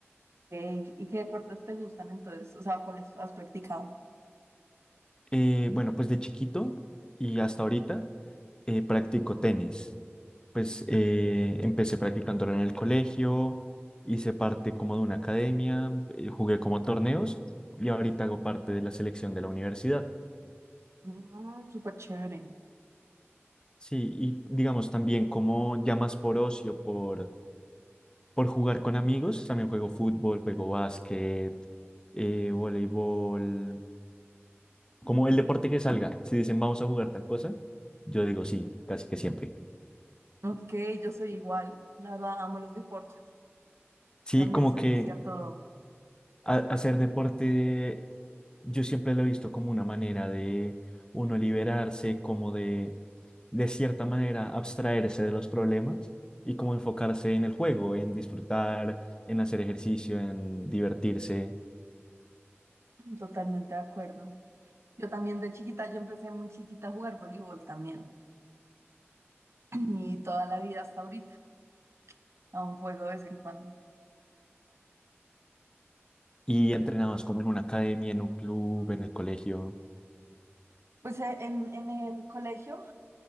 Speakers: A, on the right; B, on the left.
A: Ey, ¿Y qué deportes te gustan entonces? O sea, ¿cuáles has practicado?
B: Eh, bueno, pues de chiquito y hasta ahorita eh, practico tenis. Pues eh, empecé practicándolo en el colegio, hice parte como de una academia, eh, jugué como torneos y ahorita hago parte de la selección de la universidad.
A: Mm, súper chévere.
B: Sí, y digamos también como ya más por ocio, por, por jugar con amigos, también juego fútbol, juego básquet, eh, voleibol, como el deporte que salga. Si dicen vamos a jugar tal cosa, yo digo sí, casi que siempre.
A: Ok, yo soy igual, la verdad amo los deportes.
B: Sí,
A: También
B: como
A: soy,
B: que
A: sí, a todo,
B: a- hacer deporte yo siempre lo he visto como una manera de uno liberarse, como de, de cierta manera, abstraerse de los problemas y como enfocarse en el juego, en disfrutar, en hacer ejercicio, en divertirse.
A: totalmente de acuerdo. Yo también de chiquita, yo empecé muy chiquita a jugar voleibol también. <clears throat> y toda la vida hasta ahorita. Aún juego de vez en cuando.
B: Y entrenados como en una academia, en un club, en el colegio,
A: Pues eh, en, en el colegio,